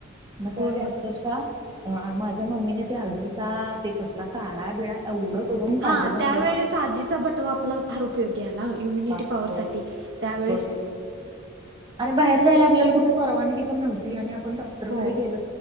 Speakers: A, on the right; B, on the right.
A: मंग त्यावेळीं
B: होय होय
A: अक्षरशः माझ्या मम्मीने ते अडूसा ते कसला कांढा बिळां एवढं करूंन पाजलं
B: हा त्यावेेळेस
A: मला
B: आजीचा बटवा आपलां फार उपयोगी आहे नां इम्युनिटी
A: बापरे
B: पावर सांठी त्यांवेळेस
A: बरं आणि बाहेर जायंला आपल्याला कुठे परवानगी पणं नव्हती आणि आपणं डॉक्टरांकडे
B: हो
A: गेलो